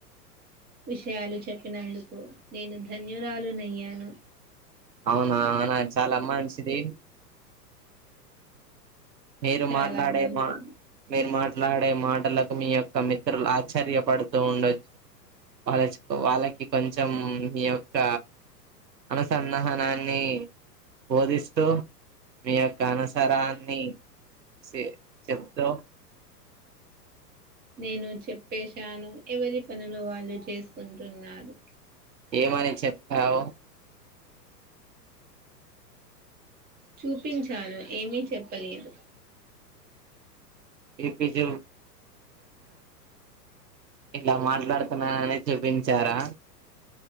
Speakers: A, on the right; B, on the right.
A: విషయాలు చెప్పినందుకు నేను ధన్యురాలుునయ్యాను
B: అవునా అవునా చాలా అమ్మా మంచిది మీరు
A: చాలా
B: మాట్లాడే
A: మంచిది
B: మా మీరు మాట్ మాట్లాడే మాటలకు మీ యొక్క మిత్రులు ఆశ్చర్యపడుతూ ఉండొచ్చు వాళ్ళ వాళ్ళకి కొంచెం మీ యొక్క అనుసంధానాన్ని బోధిస్తూ మీ యొక్క అనుసరాన్ని సే చెప్తా
A: నేను చెప్పేశాను ఎవరి పనులు వాళ్ళు చేసుకుంటున్నారు
B: ఏమని చెప్పావ
A: చూపించాను ఏమీ చెప్పలేదు
B: చెప్పి చూ ఇలా మాట్లాడుతున్ననని చూపించారా